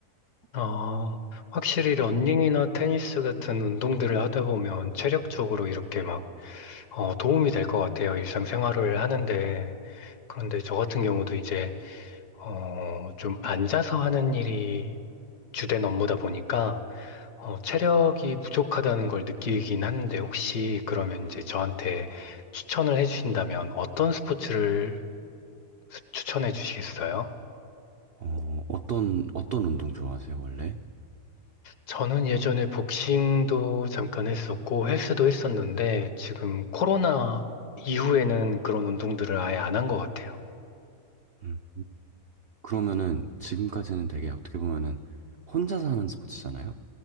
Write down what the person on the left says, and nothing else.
어, 확실히 러닝이나 테니스 같은 운동들을 하다 보면 체력적으로 이렇게 막 어, 도움이 될 것 같아요. 일상생활을 하는데. 그런데 저 같은 경우도 이제, 어, 좀 앉아서 하는 일이 주된 업무다 보니까, 어, 체력이 부족하다는 걸 느끼긴 하는데, 혹시 그러면 이제 저한테 추천을 해주신다면 어떤 스포츠를 수- 추천해 주시겠어요?
저는 예전에 복싱도 잠깐 했었고, 헬스도 했었는데, 지금 코로나 이후에는 그런 운동들을 아예 안 한 것 같아요.